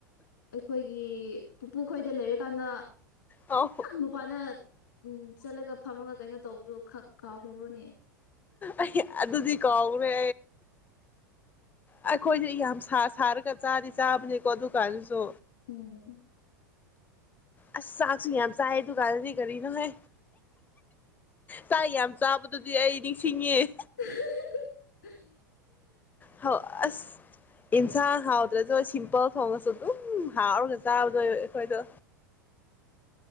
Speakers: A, on the left; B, on the left.
A: ꯑꯩꯈꯣꯏꯒꯤ ꯄꯨꯄꯨ ꯈꯣꯏꯗ ꯂꯩꯔꯀꯥꯟꯗ
B: ꯑꯧ
A: ꯝꯕ ꯄꯅ ꯎꯝ ꯆꯠꯂꯒ ꯐꯝꯔꯒ ꯀꯩꯅꯣ ꯇꯧꯕꯗꯨꯣ ꯈ ꯀꯥꯎ ꯈꯕꯨꯔꯣ ꯅꯌꯦ
B: ꯑꯩ ꯑꯗꯨꯗꯤ ꯀꯧꯈ꯭ꯔꯦ ꯑꯩꯈꯣꯏꯁꯦ ꯌꯥꯝ ꯁꯥ ꯁꯥꯔꯒ ꯆꯥꯔꯤ ꯆꯥꯕꯅꯤ ꯀꯧꯕꯗꯨꯀ ꯑꯗꯨꯁꯨ
A: ꯎꯝ
B: ꯑꯁ ꯆꯆꯨꯏ ꯌꯥꯝ ꯆꯦ ꯗꯨꯀꯥꯟꯗꯤ ꯔꯤꯅ ꯍ ꯁꯥꯏ ꯌꯥꯝ ꯆꯥꯕꯗꯨꯗꯤ ꯑꯩ ꯅꯤꯡꯊꯤꯡꯕꯥ꯫
A: <unintelligible> <unintelligible>
B: ꯍꯥꯑꯣ ꯑꯥꯁ ꯑꯦꯅꯖꯥꯡ ꯍ꯭ꯋꯠꯔꯥꯁꯨ ꯁꯤꯝꯄꯜ ꯊꯣꯉ꯭ꯒꯥꯁꯨ ꯑꯗꯨꯝ ꯍꯥꯑꯣꯔꯥꯒꯥ ꯆꯥꯕꯥ꯫ ꯅꯣꯏ ꯑꯩꯈꯣꯏꯗ